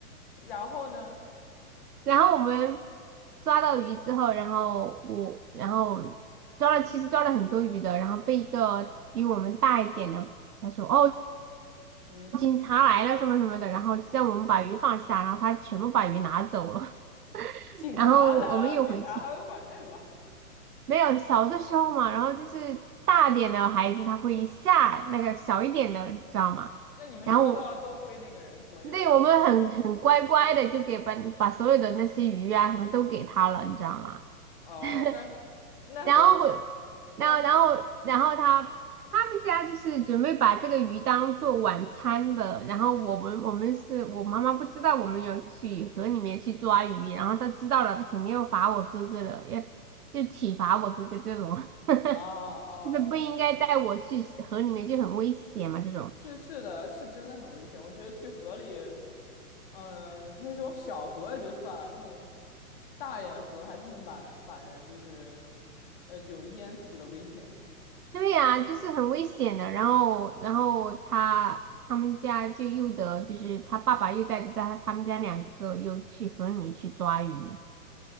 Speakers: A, on the left; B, on the right.
A: 然后呢，
B: <laughs> 然后我们抓到鱼之后，然后我然后抓了，其实抓了很多鱼的，然后被一个比我们大一点的他说哦
A: 嗯，
B: 警察来了什么什么的，然后叫我们把鱼放下，然后他全部把鱼拿走了，<laughs>
A: 警察来了，
B: 然后我们又回去，
A: 警察还会管这个。
B: 没有小的时候嘛，然后就是大点的孩子他会吓那个小一点的，你知道吗？
A: 那你们抓到了都归那个人所有了。
B: 然后我对，我们很很乖乖的就给把把所有的那些鱼啊什么都给他了，你知道吗？
A: 哦、
B: <laughs>
A: 那那
B: 然后会，然后然后然后他他们家就是准备把这个鱼当做晚餐的，
A: 那
B: 然后我们我们是我妈妈不知道我们有去河里面去抓鱼，然后她知道了，她肯定要罚我哥哥的，要就体罚我哥哥这种，<laughs>
A: 啊哦、
B: 就是不应该带我去河里面就很危险嘛这种。
A: 是是的，是真的很危险。我觉得去河里，嗯、那种小河也就算了，那种大一点的河还是能把把人就是，呃，有淹死的危险的。
B: 对呀，就是很危险的。然后，然后他他们家就又得，就是他爸爸又带着他他们家两个又去河里面去抓鱼。